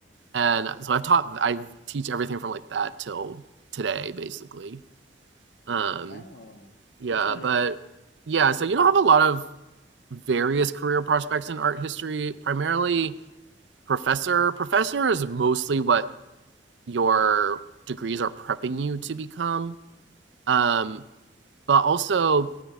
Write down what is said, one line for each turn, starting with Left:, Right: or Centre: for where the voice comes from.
Right: And so I've taught, I teach everything from like that till today, basically. Um,
Left: wow
Right: yeah,
Left: that's a
Right: but yeah, so you don't have a lot of various career prospects in art history, primarily professor. Professor is mostly what your degrees are prepping you to become. Um, but also